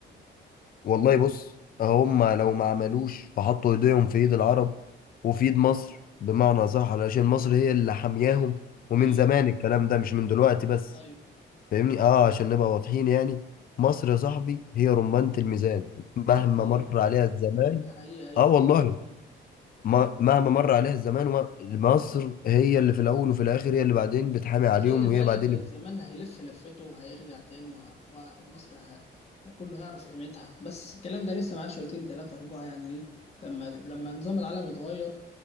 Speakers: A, on the left (about 45°); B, on the left (about 30°).
A: والله بص هم لو ما عملوش وحطوا ايديهم في ايد العرب وفي ايد مصر بمعنى صح علشان مصر هي اللي حامياهم ومن
B: ايوه
A: زمان الكلام ده مش من دلوقتي بس
B: ايوه
A: فاهمني اه عشان نبقى واضحين يعني مصر يا صاحبي هي رمانة الميزان مهما
B: ده حقيقي
A: مر عليها الزمان
B: ده حقيقي ايوه
A: اه والله
B: ده حقيقي أيوة.
A: ما- مهما مر عليها الزمان وما- مصر هي اللي في الاول وفي الاخر هي اللي بعدين بتحامي عليهم
B: وخلي بالك
A: وهي بعدين
B: الزمان
A: اللي-
B: هيلف لفته وهيرجع تاني وه... وه... ومصر ه... ه- كله هيعرف قيمتها بس الكلام ده لسه معاه شويتين تلاتة أربعة يعني إيه لما لما نظام العالم يتغير